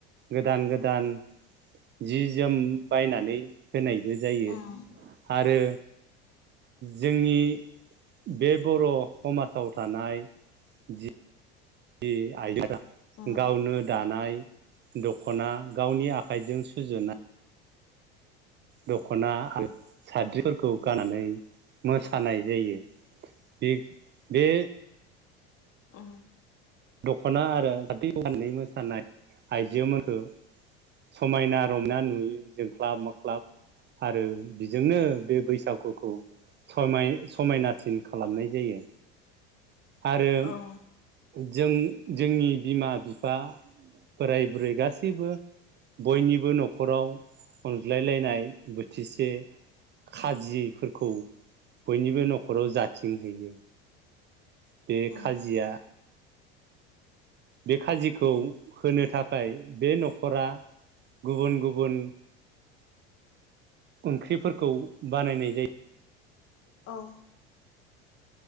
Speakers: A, on the right (about 35°); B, on the left (about 45°).
A: गोदान गोदान जि जोम बायनानै होनायबो जायो
B: उम
A: आरो जोंनि बे बर समाज फोसाव थानाय जि बे आय <unintelligible>
B: उम
A: गावनो दानाय दखना गावनि आखाइजों सुजुनाय दखना आरो साद्रिफोरखौ गाननानै मोसानाय जायो बे बे
B: उम
A: दखना आरो हदैननै <unintelligible> मोसानाय आइजोख समायना रंना नुयो जोंख्लाब माख्लाब आरो बिजोंनो बे बैसागुखौ सम समायनासिन खालामनाय जायो। आरो
B: औ
A: जों जोंनि बिमा बिफा बोराय बुरै गासैबो बयनिबो नखराव अनज्लायलायनाय बोथिसे खाजिफोरखौ बयनिबो नखराव जाथिंहैयो बे
B: उम
A: खाजिया बे खाजिखौ होनो थाखाय बे नखरा गुबुन गुबुन ओंख्रिफोरखौ बानायनाय जायो।
B: औ